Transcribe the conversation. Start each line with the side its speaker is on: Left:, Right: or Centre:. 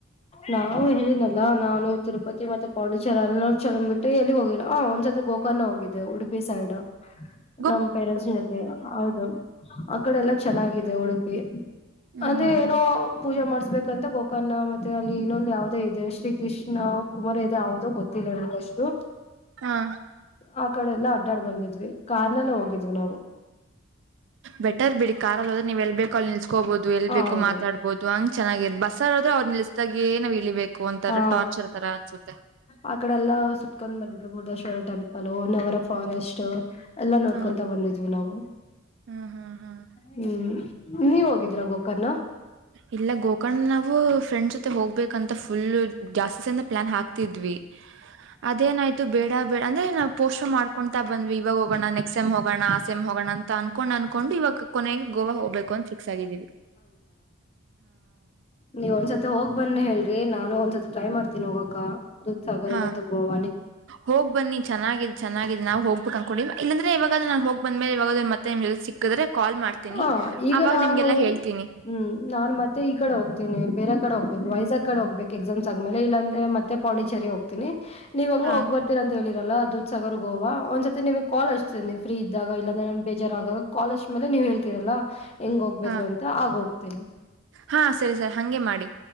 Left: ನಾವು ಹೇಳಿನಲ್ಲ ನಾನು ತಿರುಪತಿ ಮತ್ತ ಪಂಡೇಶ್ವರ ಅನ್ನ ಚಂದ್ ಬಿಟ್ಟು ಎಲ್ಲಿಗ್ ಹೋಗಿಲ್ಲ ಆ ಒಂದ್ಸರ್ ಗೋಕರ್ಣ ಹೋಗಿದ್ದಿದೆ ಉಡುಪಿ ಸೈಡ್
Right: ಹ್ಮ್
Left: ನಮ್ ಪೇರೆಂಟ್ಸ್ ಜೊತೆ ಹೌದು ಆ ಕಡೆ ಎಲ್ಲಾ ಚೆನ್ನಾಗಿದೆ ಉಡುಪಿ
Right: ಹ್ಮ್
Left: ಅಂದ್ರೆ
Right: ಹ್ಮ್
Left: ಏನೋ ಪೂಜಾ ಮಾಡ್ಸ ಬೇಕಂತ ಗೋಕರ್ಣ ಮತ್ತೆ ಅಲ್ಲಿ ಇನ್ನೊಂದು ಯಾವದೇ ಇದೆ ಶ್ರೀ ಕೃಷ್ಣ ಕುಮಾರ್ ಇದೆ ಯ ಗೊತ್ತಿಲ್ಲ ನನ್ಗೆ ಅಷ್ಟು
Right: ಹಾ
Left: ಆ ಕಡೆ ಎಲ್ಲ ಅಡ್ಡಾಡ್ ಬಂದಿದ್ವಿ ಕಾರ್ ನಲ್ಲ ಹೋಗಿದ್ವಿ ನಾವು
Right: ಬೆಟರ್ ಬಿಡಿ ಕಾರ್ ಅಲ್ಲದ್ರೆ ನೀವ್ ಎಲ್ ಬೇಕೋ ಅಲ್ಲಿ ನಿಲ್ಸ್ಕೋಬಹುದು ಎಲ್
Left: ಹ
Right: ಬೇಕು
Left: ಹೌದು
Right: ಮಾತಾಡ್ಬೋದು ಹಂಗ ಚೆನ್ನಾಗ್ ಬಸ್ಸಾರೋ್ರೆ ಅವ್ರ ನಿಲ್ಲಿಸ್ದಾಗಿ ಏನಾವ್ ಇಳಿಬೇಕು ಒಂತರ
Left: ಹಾ
Right: ಟಾರ್ಚರ್ ತರ ಅನ್ಸುತ್ತೆ
Left: ಆ ಕಡೆ ಎಲ್ಲ ಸುತ್ಕೊಂಡ್ ಬಂದು ಮುರಡೆಶ್ವರ ಟೆಂಪಲ್ ಅಲೋ ನವರ ಫಾರೆಸ್ಟ್ ಎಲ್ಲ ನೋಡ್ಕೊಂತ
Right: ಹಾ
Left: ಬಂದಿದ್ವಿ ನಾವು
Right: ಹ್ಮ್ ಹ್ಮ್ ಹ್ಮ್
Left: ಹ್ಮ್ ನೀವ್ ಹೋಗಿದೀರ ಗೋಕರ್ಣ
Right: ಇಲ್ಲ ಗೋಕರ್ಣ್ನ ನಾವು ಫ್ರೆಂಡ್ಸ್ ಜೊತೆ ಹೋಗ್ಬೇಕಂತ ಫುಲ್ ಜಾಸ್ತಿ ಸಂದ ಪ್ಲಾನ್ ಹಾಕ್ತಿದ್ವಿ ಅದೇನಾಯ್ುೇಡ ಬೇಡ ಅಂದ್ರೆ ನಾ ಪೋಷ ಮಾಡ್ಕೊಂತತ ಬಂದ್ ಇವಾಗ ಹೋಗೋಣ ನೆಕ್ಸ್ ಸಮ್ ಹೋಣ ಆ ಸಮ್ ಹೋಗೋಣ ಅಂತ ಅನ್ಕೊಂಡ್ ಅನ್ಕೊಂಡು ಇವಾಗ ಕೊನೆಗೆ ಗೋವಾ ಹೋಗ್ಬೇಕು ಅಂತ ಫಿಕ್ಸ್ ಆಗಿದೀವಿ
Left: ನೀವ ಒಂದ್ಸತ್ ಹೋಗ್ ಬನ್ನ ಹೇಳ್ರಿ ನಾನು ಒಂದ್ಸತ್ ಟ್ರೈ ಮಾಡ್ತೀನಿ ಹೋಗಕ್ಕ ಸಾಗರ
Right: ಹಾ
Left: ಮತ್ತು ಗೋವ
Right: ಹೋಗ್ ಬನ್ನಿ ಚನ್ನಾಗಿದ್ ಚೆನ್ನಾಗಿದ್ ನಾವ್ ಹೋಗ್ಬೇಕು ಅನ್ಕೊಂಡೀವಿ ಇಲ್ಲಾಂದ್ರೆ ಇವಾಗ ನಾನ್ ಹೋಗ್ ಬಂದ್ಮೇಲೆ ಇವಾಗತ್ತೆ ಮ ಸಿಕ್ಕಿದ್ರೆ ಕಾಲ್ ಮಾಡ್ತೀನಿ
Left: ಹಾ ಈಗ
Right: ಅವಾಗ
Left: ನಾನು
Right: ನಿಮ್ಗೆಲ್ಲಾ ಹೇಳ್ತೀನಿ
Left: ಹ್ಮ್ ನಾನ್ ಮತ್ತೆ ಈ ಕಡೆ ಹೋಗ್ತೇನೆ ಬೇರೆ ಕಡೆ ಹೋಗ್ಬೇಕು ವಯಸ್ ಕಡೆ ಹೋಗ್ಬೇಕು ಎಕ್ಸಾಮ್ಸ್ ಆ ಆದ್ಮೇಲೆ ಇಲ್ಲಂದೆ ಮತ್ತೆ ಪಂಡಿಚೆರಿ ಹೋಗ್ತೀನಿ ನೀವ ಹಂಗ
Right: ಹಾ
Left: ಹೋಗ್ ಬರ್ತೀರ ಅಂತ ಹೇಳಿ ಲ್ಲ ದೂ ಸಾಗರ್ ಗೋವಾ ಒಂದ್ ಸತಿ ನಿಮ್ ಕಾಲ್ಷ್ಟತ ಫ್ರೀ ಇದ್ದಾಗ ಇಲ್ಲಂದ್ರೆನ್ ಬೇಜರ್ ಆಗಾಗ ಕಾಷ್ಟ ಆಮೇಲೆ ನೀವ್ ಹೇಳ್ತೀರಲ್ಲಾ ಹೆಂಗ್ ಹೋಗ್ಬೇಕು
Right: ಹಾ
Left: ಅಂತ ಆಗ ಹೋಗತಿನಿ
Right: ಹಾ ಸರಿ ಸರ್ ಹಗೆ ಮಾಡಿ